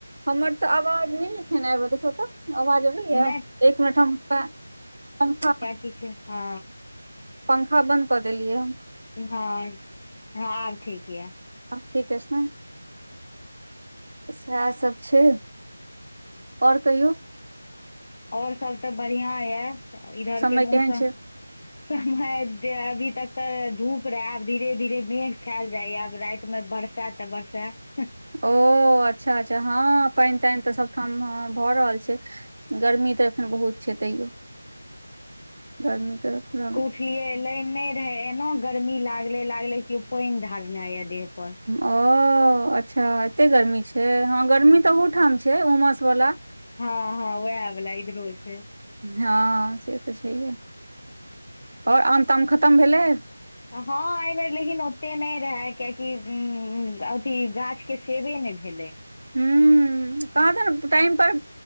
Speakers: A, on the right; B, on the left.
A: हमर तऽ आवाज नहि एखन एब देख हो तऽ। आवाज अबैया
B: नहि
A: एक मिनट हम पंखा
B: कि छै हा
A: पंखा बन्द कऽ देलियै ह
B: हा हा ठीक यै
A: और ठीके अैछ नै सएह सभ छै और कहियो
B: और सभ तऽ बढ़िया या इधरके
A: समय
B: मौसम
A: केहन छै
B: समय अभी तक तऽ धूप रहे आब धीरे धीरे मेघ छेइल जाय आब रैत मे बरसेऽ तऽ बरसेऽ
A: ओ अच्छा -अच्छा हैं पैन तैन तऽ सभठाम ह भऽ रहल छै गर्मी तऽ बहुत छै तैयो गर्मी के करा मे
B: पिलियै नै नै रहे एना गर्मी लागले लागले कियो पैन ढ़ारने या देह पर
A: ओ अच्छा एते गर्मी छै हैं गर्मी तऽ ओहुठाम छै उमस वाला
B: ह ह व्याह वाला इधरो छै
A: हा से तऽ छैहे और आम- ताम खतम भेलै
B: ह एहिबेर लेकिन ओते नैय रहे कियाकि अथी गाछ के सेबे नै भेले
A: हू कहाँ दिन टाइम पर